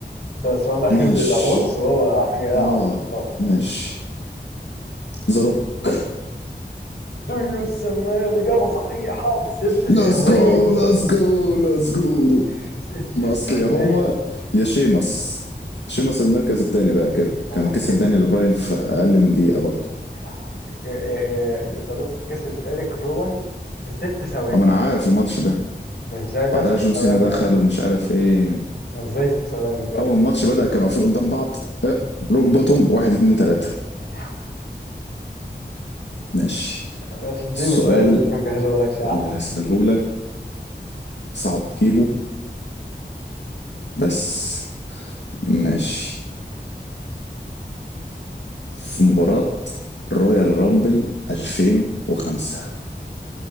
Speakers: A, on the left (about 65°); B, on the left (about 80°).
A: ده السؤال الأخير
B: ماشي
A: بيبقى بص هو حاجة إيه
B: اه
A: على الطبطاب
B: ماشي ذا روك
A: Do you smell إجابة صحيحة بست ثواني
B: ليتس جو ليتس جو ليتس جو
A: <laughs> ست
B: ما
A: ثواني
B: اصل يا هو يا شيمس شيمس المركز التاني بقى كده
A: اه
B: كان كسب
A: كسب
B: دانيال براين في اقل من دقيقه برضه
A: يا لهوي ك- آه، زالوك كسب إيريك روان في ست ثواني
B: اما انا عارف الماتش ده
A: ده ازاي
B: بعدها
A: ده ست
B: جون
A: ثواني
B: سينا دخل
A: يعني
B: مش عارف ايه
A: أنا ازاي ست ثواني بجد
B: اول ما الماتش بدا كانوا واقفين قدام بعض اه روك بوتوم واحد اتنين تلاته
A: يا لهوي.
B: ماشي
A: ماشي اديني
B: السؤال
A: سؤال اللي انت مجهزه بقالك ساعة
B: اللي
A: ده.
B: هسأله لك صعب تجيبه بس ماشي في مباراة رويال رامبل 2005